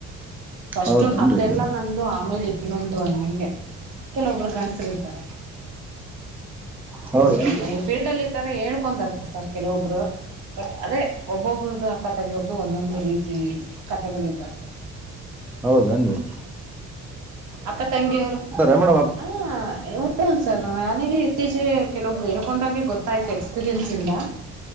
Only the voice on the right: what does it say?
ಫಸ್ಟ್
ಹತ್ತೆಲ್ಲ ನಂದು ಆಮೇಲೆ ಇನ್ನೊಂದು ಅನ್ನಂಗೆ ಕೆಲೊಬ್ರು ಗಂಡಸರುಾರೆ
ಮೆ ಫೀಲ್ಡ್ ಅಲ್ಲಿ ಈ ತರ ಹೇಳ್ಕೊೊಂಡದ ಸರ್ ಕೆಲವೊಬ್ರು ಬಟ್ ಅದೇ ಒಬ್ಬೊಬ್ಬ್ರದು ಆ ಕತೆೆದ್ದು ಒಂದೊಂದು ರೀತಿ ಕತೆೆಗಳ ಇದಾವ
ಅಕ್ಕ ತಂಗಿಯವ್ರು
ಹ ಹ್ ಸರ್ ನನಗೆ ಇತ್ತೀಚೆಗೆ ಕೆಲವೊಬ್ರು ಹೇಳ್ಕೊಂಡಾಗೆ ಗೊತ್ತಾಯ್ತು ಎಕ್ಸ್ಪೀರಿಯನ್ಸ್ ಇಂದ